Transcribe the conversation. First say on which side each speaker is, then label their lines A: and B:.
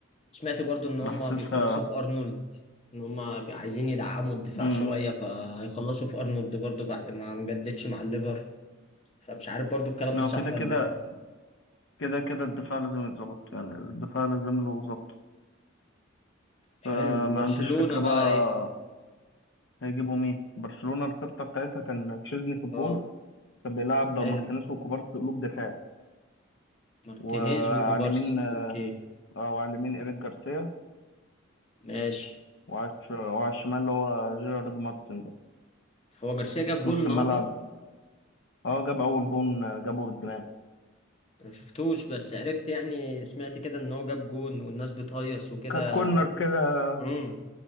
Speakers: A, on the left; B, on the left.
A: سمعت برضو ان هم
B: انا حاسسها
A: بيخلصوا في ارنولد ان هم عايزين يدعموا الدفاع
B: امم
A: شويه فهيخلصوا في ارنولد برضو بعد ما ما جددش مع الليفر فمش عارف برضو الكلام
B: هو
A: ده صح
B: كده
A: ولا
B: كده
A: ايه
B: كده كده الدفاع لازم يتظبط يعني الدفاع لازم له ظبط
A: حلو
B: فما
A: وبرشلونه
B: عنديش فكرة
A: بقى
B: بقى
A: ايه
B: هيجيبوا مين برشلونة الخطة بتاعتها كان تشيزني في الجون
A: اه
B: كان بيلعب
A: حلو
B: ماركينيز وكوبارسي قلوب دفاع
A: مارتينيز
B: وعلى
A: وكوبارسي
B: اليمين
A: اوكي
B: او على اليمين ايريك جارسيا
A: ماشي
B: وعلى الش- وعلى الشمال اللي هو جيرارد مارتن ده
A: هو جارسيا
B: وفي
A: جاب جون
B: نص
A: النهارده
B: الملعب اه جاب اول جون آه، جابه بالدماغ
A: انا ما شفتوش بس عرفت يعني سمعت كده ان هو جاب جون والناس بتهيص وكده
B: كانت كورنر كده
A: امم